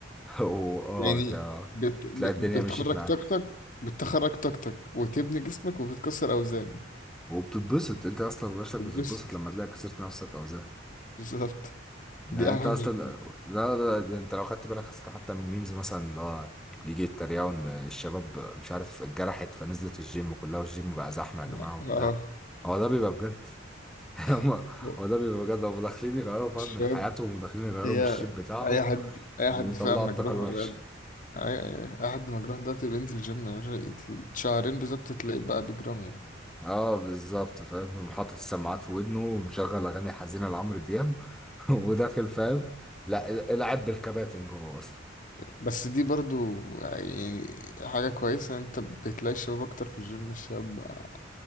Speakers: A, in the centre; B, on the left.
A: <laughs> واه
B: يعني
A: انت
B: بت... ب-
A: تلاقي الدنيا
B: بتخرج
A: مشيت معاك
B: طاقتك بتخرج طاقتك وتبني جسمك وبتكسر اوزان
A: وبتتبسط انت اصلا نفسك
B: بتبسط
A: بتتبسط لما تلاقي كسرت نفسك اوزان
B: بالظبط
A: يعني
B: دي احلى
A: انت
B: حاجه
A: اصلا
B: في الجيم
A: لا لا ده انت لو خدت بالك اصلا حتى من ميمز مثلا اللي هو يجي يتريقوا ان الشباب مش عارف اتجرحت فنزلت الجيم كلها والجيم بقى زحمه يا
B: يعني
A: جماعه وبتاع
B: اه
A: هو ده بيبقى بجد <laughs> هم-
B: <laughs>
A: هو ده بيبقى بجد هم داخلين يغيروا فاهم
B: الشباب
A: من حياتهم وداخلين يغيروا
B: هي
A: من الشيب بتاعهم
B: اي حد اي حد
A: ويطلعوا
B: فاهم مجروح
A: الطاقه الوحشه
B: ولا- اي اي حد مجروح ده بينزل الجيم يا باشا، يت- شهرين بالظبط تلاقيه بقى بجرام يعني
A: اه بالظبط فاهم حاطط السماعات في ودنه ومشغل اغاني حزينه لعمرو دياب <laughs> وداخل فاهم لا العب بالكباتن جوه
B: بس دي برضو يعني حاجة كويسة انت بتلاقي الشباب اكتر في الجيم الشباب بقى